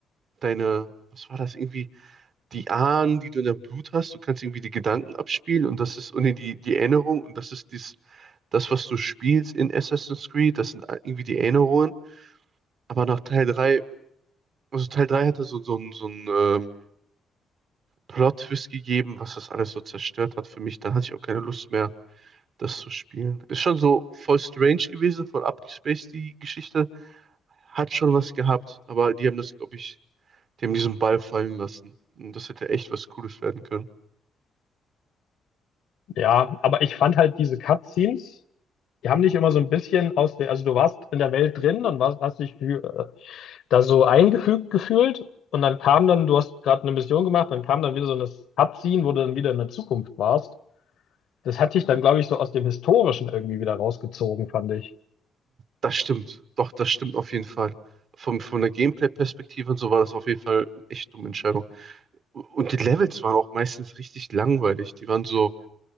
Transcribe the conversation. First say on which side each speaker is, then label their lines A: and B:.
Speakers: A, on the right; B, on the left.
A: deine, was war das, irgendwie die Ahnen, die du in deinem Blut hast, du kannst irgendwie die Gedanken abspielen und das ist, und nee, die, die Erinnerung und das ist dies, das, was du spielst in Assassin's Creed, das sind irgendwie die Erinnerungen. Aber nach Teil 3 Also Teil 3 hatte so, so, n- so einen ähm, Plot-Twist gegeben, was das alles so zerstört hat für mich. Dann hatte ich auch keine Lust mehr, das zu spielen. Ist schon so voll strange gewesen, voll abgespaced, die Geschichte. Hat schon was gehabt, aber die haben das, glaube ich, die haben diesen Ball fallen lassen. Und das hätte echt was Cooles werden können.
B: Ja, aber ich fand halt diese Cutscenes Die haben dich immer so ein bisschen aus der, also du warst in der Welt drin und warst, hast dich für, äh, da so eingefügt gefühlt und dann kam dann, du hast gerade eine Mission gemacht, dann kam dann wieder so ein Abziehen, wo du dann wieder in der Zukunft warst. Das hat dich dann, glaube ich, so aus dem Historischen irgendwie wieder rausgezogen, fand ich.
A: Das stimmt. Doch, das stimmt auf jeden Fall. Von, von der Gameplay-Perspektive und so war das auf jeden Fall eine echt dumme Entscheidung. Und die Levels waren auch meistens richtig langweilig. Die waren so